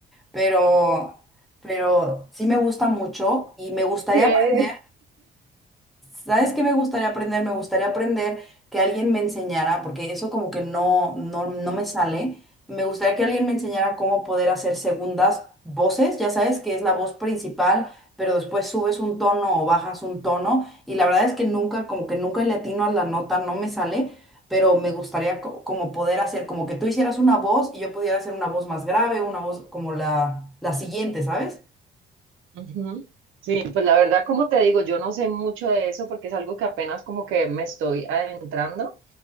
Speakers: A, in the centre; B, on the right (about 80°).
A: Pero, pero sí me gusta mucho y me gustaría
B: ¿Qué?
A: aprender. ¿Sabes qué me gustaría aprender? Me gustaría aprender que alguien me enseñara, porque eso como que no, no, no me sale. Me gustaría que alguien me enseñara cómo poder hacer segundas voces, ya sabes que es la voz principal, pero después subes un tono o bajas un tono y la verdad es que nunca, como que nunca le atino a la nota, no me sale, pero me gustaría co- como poder hacer, como que tú hicieras una voz y yo pudiera hacer una voz más grave, una voz como la, la siguiente, ¿sabes?
B: Ujú. Sí, pues la verdad, como te digo, yo no sé mucho de eso porque es algo que apenas como que me estoy adentrando,